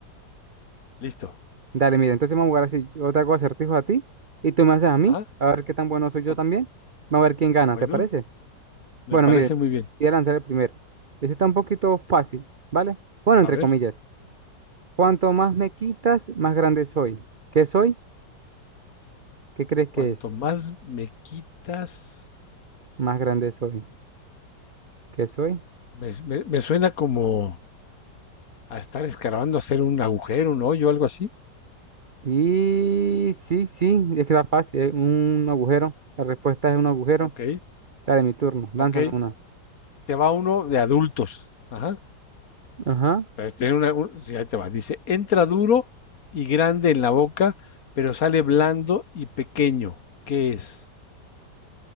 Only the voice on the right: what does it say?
Dale, mira, entonces vamos a jugar así, yo te hago acertijos a ti y tú me haces a mí,
a ver qué tan bueno soy yo
también. Vamos a ver quién gana,
¿te parece?
Bueno,
mire,
voy a lanzar el primero. Este está un poquito fácil, ¿vale? Bueno, entre
comillas, cuanto más me quitas, más grande soy. ¿Qué soy? ¿Qué crees que
es?
más grande soy qué soy.
Y sí, sí, es que está fácil, es un agujero. La respuesta es un agujero.
Dale, mi turno, lánzame
una.
Ajá.